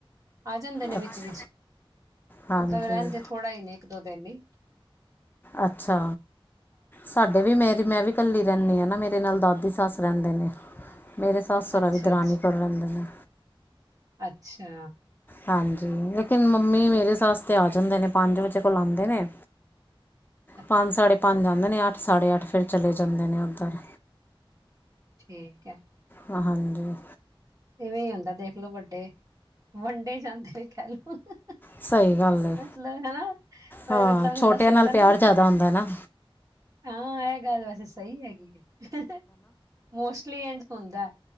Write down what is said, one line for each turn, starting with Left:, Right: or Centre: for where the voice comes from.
Right: ਆ ਜਾਂਦੇ ਨੇ
Left: ਅੱਛ
Right: ਵਿੱਚ-ਵਿੱਚ।
Left: ਹਾਂਜੀ
Right: ਮਤਲਬ ਰਹਿੰਦੇ ਥੋੜਾ ਈ ਨੇ, ਇੱਕ-ਦੋ ਦਿਨ ਈ।
Left: ਅੱਛਾ ਸਾਡ ਵੀ ਮੇਰੀ ਮੈਂ ਵੀ ਕੱਲੀ ਰੈਣੀ ਆ ਨਾ। ਮੇਰੇ ਨਾਲ ਦਾਦੀ ਸੱਸ ਰੈੰਦੇ ਨੇ ਮੇਰੇ ਸਿਰ ਤੇ ਸੱਸ-ਸੋਰਾ
Right: ਅੱਛਾ,
Left: ਵੀ ਦਰਾਨੀ
Right: ਅੱਛਾ,
Left: ਕੋਲ ਰੈੰਦੇ ਨੇ।
Right: ਅੱਛਾ।
Left: ਹਾਂਜੀ, ਲੇਕਿਨ ਮੰਮੀ ਮੇਰੇ ਸੱਸ ਤੇ ਆ ਜਾਂਦੇ ਨੇ ਪੰਜ ਵਜੇ ਕੋਲ ਆਂਦੇ ਨੇ
Right: <inaudible>
Left: ਪੰਜ-ਸਾਢੇ ਪੰਜ ਆਂਦੇ ਨੇ, ਅੱਠ-ਸਾਡੇ ਅੱਠ ਫਿਰ ਚਲੇ ਜਾਂਦੇ ਨੇ ਓਧਰ।
Right: ਠੀਕ ਐ।
Left: ਹਾਂਜੀ
Right: ਇਵੇਂ ਹੀ ਹੁੰਦਾ ਦੇਖਲੋ ਵੱਡੇ ਵੰਡੇ ਜਾਂਦੇ ਵੀ ਕਹਿ ਲਓ, ਹ -ਹ, ਹ।
Left: ਸਹੀ ਗੱਲ ਹੈ
Right: ਮਤਲਬ ਹਨਾ ਮ
Left: ਹਾਂ
Right: ਮਤਲਬ
Left: ਛੋਟਿਆਂ
Right: ਬੰਦਾ ਸੋਚਦਾ
Left: ਨਾਲ
Right: ਨਾ
Left: ਪਿਆਰ
Right: ਵੀ
Left: ਜ਼ਿਆਦਾ
Right: ਕ
Left: ਹੁੰਦਾ ਨਾ
Right: ਹਾਂ ਇਹ ਗੱਲ ਵੈਸੇ ਸਹੀ ਹੈਗੀ ਹੈ, ਮੋਸਟਲੀ ਇੰਝ ਹੁੰਦਾ।